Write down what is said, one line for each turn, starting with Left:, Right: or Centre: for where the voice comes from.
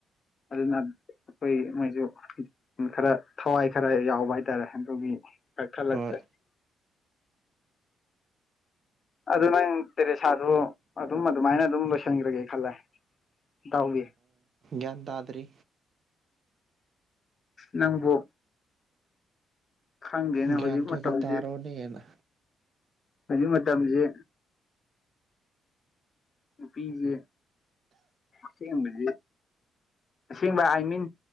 Left: ꯑꯗꯨꯅ ꯑꯩꯈꯣꯏ ꯃꯣꯏꯁꯨ ꯈꯔ ꯊꯋꯥꯏ ꯈꯔ ꯌꯥꯎꯕ ꯍꯥꯏꯇꯥꯔꯦ ꯑꯗꯨꯒꯤ ꯈ ꯈꯔ ꯂꯥꯛꯛꯇꯦ
Right: ꯍꯣꯏ
Left: ꯑꯗꯨ ꯅꯪ ꯇꯦꯔꯦꯁꯥꯗꯣ ꯑꯗꯨꯝ ꯑꯗꯨꯃꯥꯏꯅ ꯑꯗꯨꯝ ꯂꯣꯏꯁꯤꯟꯈ꯭ꯔꯒꯦ ꯈꯜꯂꯦꯇꯎꯕꯤ
Right: ꯌꯥ꯭ꯟꯗꯥꯗꯔꯤ
Left: ꯅꯪꯕꯨ ꯈꯪꯗꯦꯅꯦ
Right: ꯟ
Left: ꯍꯧꯖꯤꯛ
Right: ꯊꯒ
Left: ꯃꯇꯝꯁꯦ
Right: ꯇꯥꯔꯣꯅꯤꯅ
Left: ꯍꯧꯖꯤꯛ ꯃꯇꯝꯁꯦ ꯎ ꯄꯤꯁꯦ ꯑꯁꯦꯡꯕꯕꯁꯤ ꯑꯁꯦꯡꯕ ꯑꯥꯏ ꯃꯤꯟ